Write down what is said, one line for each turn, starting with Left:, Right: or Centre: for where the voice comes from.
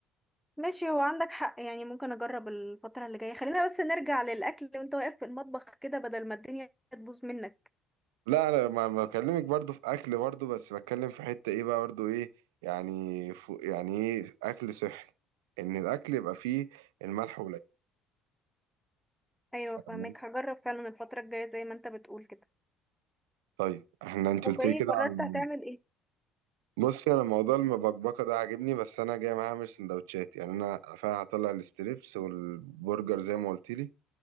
Centre: ماشي هو عندك حق يعني ممكن اجرب الفترة اللي جاية خلينا بس نرجع للاكل وانت واقف في المطبخ كده بدل ما الدنيا تبوظ منك
Right: لا انا ما بكلمك برضو في اكل برضو بس بتكلم في حته ايه بقى برضو ايه يعني فو- يعني ايه اكل صحي ان الاكل يبقى فيه الملح
Centre: ايوه فاهمك
Right: قليل
Centre: هجرب فعلا الفترة الجاية زي ما انت بتقول كده
Right: طيب احنا انت
Centre: طب
Right: قلت
Centre: ايه
Right: لي كده
Centre: قررت
Right: عن
Centre: هتعمل ايه
Right: بصي انا موضوع المبكبكه ده عاجبني بس انا جاي معايا اعمل سندوتشات يعني انا فعلا هطلع الستريبس والبرجر زي ما قلت لي